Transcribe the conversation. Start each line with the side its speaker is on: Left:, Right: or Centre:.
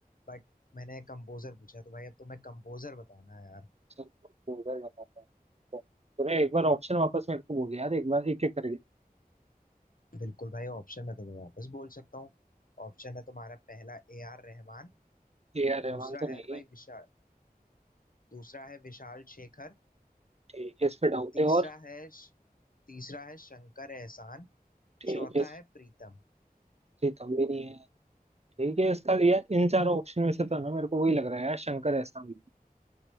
Left: बट मैंने कंपोजर पूछा तो भाई अब तुम्हें कंपोजर बताना है यार
Right: चल, कंपोजर बताता है तूने एक बार ऑप्शन वापस मेरे को बोल यार एक बार एक एक करके
Left: बिल्कुल भाई ऑप्शन मैं तुम्हें वापस बोल सकता हूँ ऑप्शन है तुम्हारा पहला ए आर रहमान
Right: ए आर रहमान
Left: दूसरा
Right: तो
Left: है
Right: नहीं
Left: भाई
Right: है
Left: विशाल दूसरा है विशाल शेखर
Right: ठीक है इस पे डाउट
Left: तीसरा
Right: है और
Left: है तीसरा है शंकर एहसान
Right: ठीक
Left: चौथा
Right: है इस
Left: है प्रीतम
Right: पे प्रीतम भी नहीं है ठीक है इसका यार इन चारों ऑप्शन में से तो ना मेरे को वही लग रहा है यार शंकर एहसान भी।